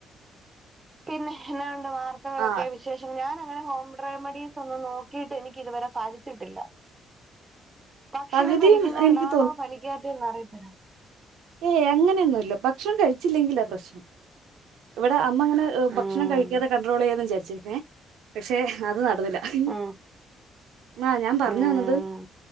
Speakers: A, on the right; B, on the right.
A: പിന്നെ <unintelligible> വാർത്തകളൊക്കെ
B: ആഹ്
A: വിശേഷ ഞാൻ അങ്ങനെ ഹോം റെമെഡീസ് ഒന്നും നോക്കിയിട്ട് എനിക്ക് ഇതുവരെ ഫലിച്ചിട്ടില്ല ഭക്ഷണം
B: പകുതിയും
A: കഴിക്കൊന്നേണ്ടാണേ
B: എനിക്ക്
A: ഫലിക്കാത്തന്നെ അറിയത്തില്ല
B: യെ അങ്ങനെയൊന്നുയില്ല ഭക്ഷണം കഴിച്ചില്ലെങ്കിലാ പ്രശ്നം ഇവടെ അ അമ്മങ്ങനെ ഭക്ഷണം
A: ഉം
B: കഴിക്കാതെ കണ്ട്രോള് ചെയ്യാന്നാ വിചരിച്ചിരിക്കുന്നേ പശെ അത് നട <unintelligible>
A: ഉം
B: മ ആ ഞാൻ പറഞ്ഞ്
A: ഉം
B: വന്നത്